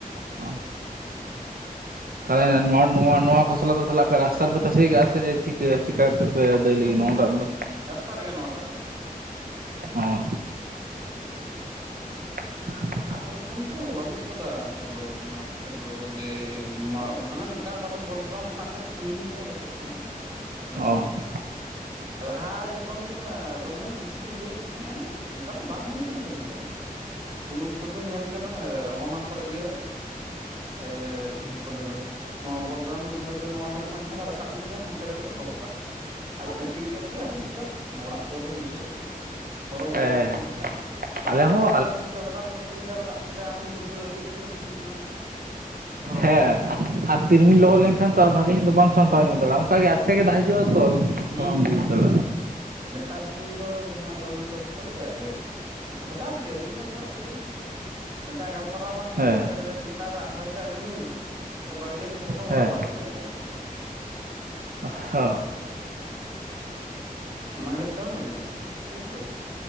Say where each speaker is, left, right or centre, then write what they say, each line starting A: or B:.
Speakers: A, on the right (about 75°); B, on the right (about 30°).
A: ᱚ ᱛᱟᱦᱚᱞᱮ ᱱᱚᱣᱟ ᱱᱚᱣᱟ ᱱᱚᱣᱟ ᱠᱷᱚᱥᱞᱟ ᱫᱚ ᱛᱟᱦᱚᱞᱮ ᱟᱯᱮ ᱨᱟᱥᱛᱟ ᱨᱮᱯᱮ ᱛᱟᱥᱮ ᱠᱟᱜᱼᱟ ᱥᱮ ᱪᱤᱠ ᱪᱤᱠᱟᱹ ᱛᱟᱯᱮ ᱟᱹ ᱫᱟᱹᱭ ᱞᱟᱹᱜᱤᱫ
B: ᱦᱮᱸ
A: ᱱᱚᱣᱟᱴᱟᱜ ᱫᱚ?
B: ᱨᱟᱥᱛᱟ ᱨᱮᱜᱮ ᱱᱚᱣᱟᱴᱟᱜ ᱫᱚ
A: ᱦᱚᱸ
B: ᱦᱮᱸ
A: <inaudible>
B: ᱟᱫᱚ ᱵᱟᱠᱷᱟᱱ ᱫᱚ ᱵᱟᱹᱱᱩᱜ ᱟᱠᱟᱫᱟ ᱚᱱᱠᱟ ᱫᱚ ᱢᱟᱴᱷ ᱠᱷᱫᱚ ᱡᱮ ᱦᱟᱱᱟ ᱢᱤᱫ ᱢᱤᱫᱴᱟᱝ ᱵᱚᱞ ᱜᱨᱟᱣᱩᱱ ᱦᱮᱱᱟᱜᱫᱟ ᱥᱟᱜᱤᱧ ᱜᱮᱭᱟ ᱟᱞ ᱴᱷᱮᱡ ᱠᱷᱚᱱᱟᱜ ᱫᱚ ᱱᱚᱛᱮᱱᱟᱜ
A: ᱚ ᱚ
B: ᱞᱟᱦᱟ ᱠᱷᱚᱱ ᱫᱚᱢᱮ ᱡᱟᱹᱥᱛᱤ ᱦᱩᱭᱩᱜ ᱛᱟᱦᱮᱸᱫᱼᱟ ᱚᱱᱠᱟ ᱫᱚ ᱵᱟᱝ ᱦᱩᱭ ᱠᱟᱱᱟ ᱛᱚ ᱱᱤᱭᱟᱹ ᱫᱷᱟᱣ ᱫᱚ ᱩᱱ ᱚᱠᱛᱚ ᱫᱚ ᱧᱮᱞ ᱠᱟᱱᱟ ᱚᱱᱟ ᱠᱚᱨᱮ ᱜᱮ, ᱮᱻ ᱡᱟᱦᱟᱸ ᱠᱚ ᱞᱮ ᱫᱚ᱾ ᱱᱚᱣᱟ ᱵᱚᱞ ᱜᱨᱟᱣᱩᱱᱰ ᱠᱚ ᱫᱷᱟᱨᱮ ᱠᱚ ᱱᱚᱣᱟ ᱵᱚᱞ ᱜᱨᱟᱣᱩᱱ ᱫᱷᱟᱨᱮ ᱠᱷᱚᱱᱟᱜᱼᱚ ᱡᱚᱠᱷᱚᱱ ᱞᱮ ᱨᱟᱠᱟᱵ ᱤᱫᱤ ᱛᱟᱦᱮᱸ ᱱᱚᱛᱮ ᱨᱮᱜᱮᱞᱮ ᱫᱚᱦᱚ ᱠᱟᱜ ᱛᱟᱦᱮᱸᱫ᱾ ᱟᱫᱚ ᱠᱟᱹᱴᱤᱡ ᱧᱚᱜ ᱜᱮᱭᱟ ᱟᱫᱚ ᱪᱚ ᱚᱲᱟᱜ ᱥᱩᱨ ᱨᱮᱜᱮ ᱤᱫᱤᱠᱟᱜ ᱢᱮᱥᱮ᱾ ᱦᱚᱨᱚ ᱵᱚᱨᱚ
A: ᱦᱮᱸ ᱦᱮᱸ
B: ᱵᱟᱠᱷᱟᱱ ᱦᱚᱸ ᱫᱟᱜ
A: ᱟᱞᱮ
B: ᱡᱟᱹᱯᱩᱫ
A: ᱦᱚᱸ
B: ᱱᱮᱛᱟᱨ ᱫᱤᱱ ᱥᱮ ᱟᱫᱚ ᱨᱤᱢᱤᱞ ᱮ ᱨᱟᱠᱟᱵ ᱠᱮᱫᱟ ᱟᱢ ᱫᱟᱹᱲ ᱟᱹᱜᱩ ᱛᱮᱜᱮ ᱩᱱᱥᱟᱜᱩᱧ ᱠᱷᱚᱱᱟᱜ ᱮᱢ ᱦᱚᱨᱚᱵᱚᱨᱚᱜᱼᱟ
A: ᱦᱮᱸ ᱟᱨ ᱛᱤᱨᱢᱤᱧ ᱞᱚᱦᱚᱫ ᱞᱮᱱᱠᱷᱟᱱ ᱟᱨ ᱵᱷᱟᱜᱤ ᱧᱚᱜ ᱫᱚ ᱵᱟᱢ ᱥᱟᱢᱴᱟᱣ ᱧᱚᱜ ᱫᱮᱭᱟᱜᱼᱟ ᱚᱱᱠᱟᱜᱮ ᱟᱪᱠᱟ ᱜᱮ ᱫᱟᱜ ᱦᱤᱡᱚᱜᱼᱟ ᱛᱚ ᱟᱫᱚ ᱵᱟᱢ
B: ᱦᱩᱸ
A: ᱵᱟᱢᱩᱡᱽ
B: ᱦᱩᱸ
A: ᱫᱟᱲᱮᱭᱟᱜᱼᱟ᱾
B: ᱱᱮᱛᱟᱨ ᱫᱤᱱ ᱫᱚ ᱡᱟᱦᱟᱸ ᱚᱱᱮᱛᱚ ᱵᱟᱠᱚ ᱞᱟᱹᱭᱟ ᱡᱮ ᱦᱚᱴᱟᱛ ᱜᱮ ᱨᱤᱢᱤᱞ ᱮ ᱨᱟᱠᱟᱵ ᱠᱮᱫᱟᱭ, ᱢᱤᱫᱴᱟᱝ ᱜᱟᱞᱢᱟᱨᱟᱣ ᱵᱟᱝ ᱦᱮᱱᱟᱜ
A: ᱦᱮᱸ
B: ᱟᱠᱟᱫᱟ ᱞᱟᱹᱭ ᱱᱮᱛᱟᱜ ᱟᱜ ᱦᱚᱭ ᱫᱟᱜ ᱨᱤᱢᱤᱞ ᱵᱟᱲᱜᱮ ᱨᱤᱱᱤᱡ ᱥᱟᱫᱚᱢ
A: ᱦᱮᱸ
B: ᱚᱲᱟᱜ ᱵᱟᱭ ᱵᱚᱞᱚ ᱫᱟᱲᱮ ᱠᱟᱣᱫᱟ᱾
A: ᱦᱚᱸ
B: ᱚᱱᱟ ᱦᱩᱭᱩᱜ ᱠᱟᱱᱟ ᱢᱮᱱ ᱠᱟᱛᱷᱟ ᱴᱷᱤᱠᱥᱮ᱾